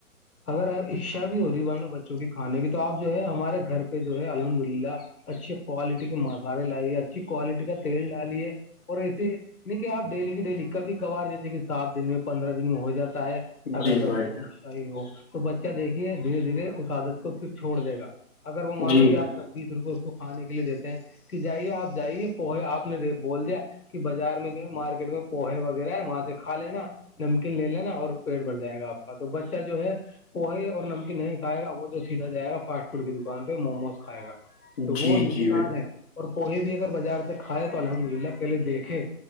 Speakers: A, on the left; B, on the left.
A: اگر آپ اچھا بھی ہو رہی ہے بان لو بچوں کے کھانے کی تو تو آپ جو ہے ہمارے گھر پہ جو ہے الحمد للہ اچھی کوالٹی کے مسالے لائیے اچھی کوالٹی کا تیل ڈالیے اور ایسے نہیںیک آپ ڈیلی کی ڈیلی کبھی کبار جتے کہ سات دن میں پندرہ دن میں ہو جاتا ہے اگر
B: جی
A: بچے
B: بھائی
A: کی اشائی ہو تو بچہ دیکھیے دھیرے دھیرے اس عادت کو پھر چھوڑ دے گا اگر وہ مانوے
B: جی بھائی
A: آپ بیس روپئے اس کو کھانے کے لیے دیتے ہیں کہ جائیے آپ جائیے پو آپ نے بول دیا کہ بازار میں جو ہے مارکیٹ میں پوہے وغیرہ ہے وہاں سے کھا لینا نمکین لے لینا اور پیٹ بھر جائے گا آپ کا تو بچہ جو ہے وہ ہے اور نمکین نہیں کھائے گا وہ تو سیدا جائے گا فاسٹ فوڈ کی دکان پہ مووموز کھائے گا
B: جی
A: تو وہ نقصان
B: جی
A: ہے اور پوہے بھی اگر بازار سے کھائے تو الحمد للہ پہلے دیکھے